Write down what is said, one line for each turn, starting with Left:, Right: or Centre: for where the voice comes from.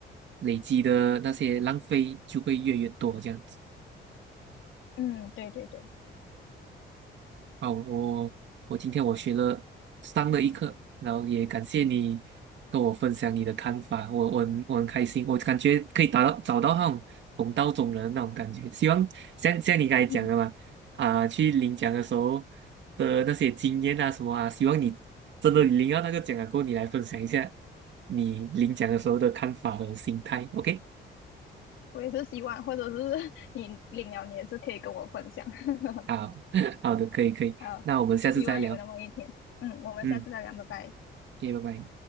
Right: 累积的那些浪费就会越来越多这样子。
Left: 嗯，对对对，
Right: 好，我我今天我学了上了一课，然后也感谢你跟我分享你的看法，我我很我很开心，我感觉可以达到找到那种同道中人的那种感觉。希望像像你刚才讲的嘛，
Left: <laughs>
Right: 啊、去领奖的时候的那些经验啊什么啊，希望你真的领到那个奖了过后，你来分享一下你领奖的时候的看法和心态。OK，
Left: 我也是希望，或者是 <laughs> 你领了，你也是可以跟我分享。<laughs>
Right: 好 <laughs> 好的，可以可以，
Left: 好，
Right: 那我们下次再聊，
Left: 希望有那么一天。嗯，我们下次再聊，
Right: 嗯
Left: 拜拜。
Right: ，OK，拜拜。